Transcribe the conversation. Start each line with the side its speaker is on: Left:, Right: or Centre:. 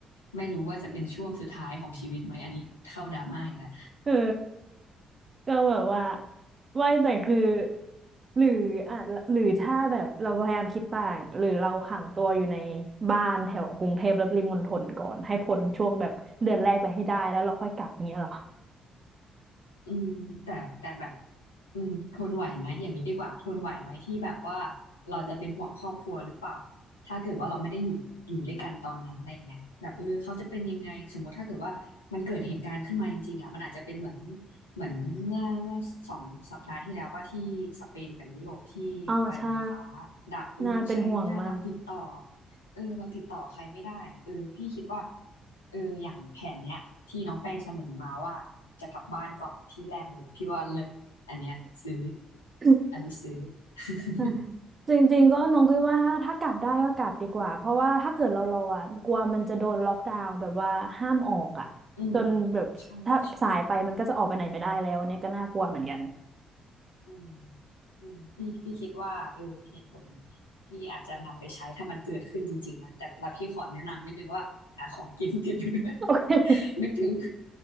Left: ไม่รู้ว่าจะเป็นช่วงสุดท้ายของชีวิตไหมอันนี้เข้าดราม่าอีกแล้ว
Right: <laughs> เออ ก็แบบว่าไม่แต่คือหรืออ่ะหรือถ้าแบบเราพยายามคิดต่างหรือเราขังตัวอยู่ในบ้านแถวกรุงเทพและปริมณฑลก่อนให้พ้นช่วงแบบเดือนแรกไปให้ได้แล้วเราค่อยกลับอย่างเงี้ยเหรอ
Left: อืมแต่แต่แบบอืมทนไหวไหมอย่างนี้ดีกว่าทนไหวไหมที่แบบว่าเราจะเป็นห่วงครอบครัวหรือเปล่าถ้าเกิดว่าเราไม่ได้อยู่อยู่ด้วยกันตอนนั้นอะไรเงี้ยแบบเออเขาจะเป็นยังไงสมมติถ้าเกิดว่ามันเกิดเหตุการณ์ขึ้นมาจริงๆอ่ะมันอาจจะเป็นเหมือนเหมือนเมื่อเมื่อสองสัปดาห์ที่แล้วว่าที่สเปนกับยุโรปที่ไฟฟ้า
Right: อ๋อใช่
Left: ดับเออใช้ไม่ได้เราติดต่อ
Right: น่าเป็นห่วงมาก
Left: เออเราติดต่อใครไม่ได้เออพี่คิดว่าเอออย่างแผนเนี้ยที่น้องแป้งเสนอมาว่าจะกลับบ้านก่อนที่แรกเลยพี่ว่าเลิศอันเนี้ยซื้อ
Right: <coughs>
Left: อันนี้ซื้อ
Right: <laughs> นะ
Left: <laughs>
Right: จริงๆก็น้องคิดว่าถ้าถ้ากลับได้ก็กลับดีกว่าเพราะว่าถ้าเกิดเรารออ่ะกลัวมันจะโดนล็อกดาวน์แบบว่าห้ามออกอ่ะจนแบบถ้าสายไปมันก็จะออกไปไหนไม่ได้แล้วเนี่ยก็น่ากลัวเหมือนกัน
Left: อืมใช่ใช่อืมอืมพี่พี่คิดว่าเออเหตุผลนี้พี่อาจจะนำไปใช้ถ้ามันเกิดขึ้นจริงๆนะแต่ละพี่ขอแนะนำนิดนึงว่าหาของกิน <laughs> ติดไปด้วย
Right: โอเค
Left: นึกถึง